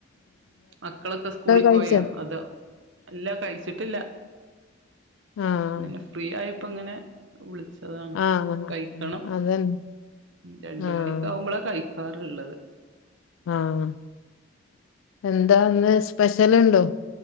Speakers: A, on the right (about 70°); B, on the left (about 85°).
A: മക്കളൊക്കെ സ്കൂളി
B: കഴിച്ചോ
A: പോയോ? അത് എല്ലാ കഴിച്ചിട്ടില്ല
B: ആഹ്
A: അങ്ങനെ ഫ്രീ ആയപ്പോ ങ്ങനെ <unintelligible> ച്ചതാന്ന്
B: ആഹ്
A: കഴിക്കണം
B: അതന്നെ
A: രണ്ട്മണിക്കാഉമ്പളാ
B: ആഹ്
A: കഴി കാറ്ള്ളത്
B: ആഹ് എ ന്താന്ന് സ്പെഷ്യല്ണ്ടോ?